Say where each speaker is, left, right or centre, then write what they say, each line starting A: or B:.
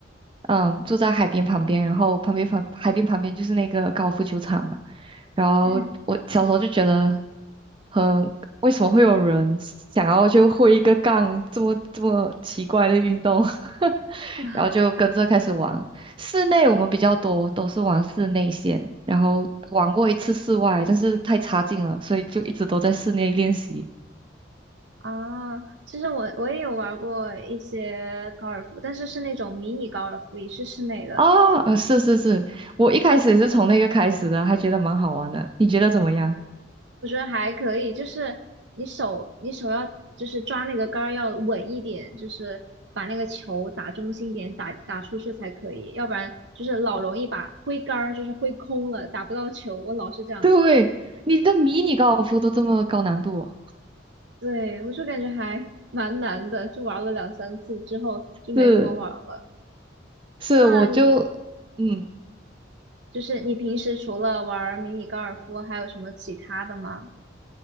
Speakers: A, on the right; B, on the right.
A: 嗯住在海边旁边，然后旁边旁海边旁边就是那个高尔夫球场嘛，然后我小时候就觉得
B: 嗯。
A: 很为什么会有人想要就挥一个杠这么这么奇怪的运动，<laughs>
B: 啊。
A: 然后就跟着开始玩。室内我们比较多都是玩室内线，然后玩过一次室外，但是太差劲了，所以就一直都在室内练习。
B: 啊，其实我我也有玩过一些高尔夫，但是是那种迷你高尔夫，也是室内的，
A: 啊，呃是是是，我一开始也是从那个开始的，还觉得蛮好玩的。你觉得怎么样？
B: 我觉得还可以。就是你手你手要就是抓那个杆儿要稳一点，就是把那个球打中心点，打打出去才可以，要不然就是老容易把挥杆儿就是挥空了，打不到球。我老是这样子，
A: 对，你的迷你高尔夫都这么高难度哦
B: 对，我就感觉还 <laughs> 蛮难的，就玩了两三次之后就没怎么玩了。
A: 是是，
B: 那你？
A: 我就嗯
B: 就是你平时除了玩儿迷你高尔夫，还有什么其他的吗？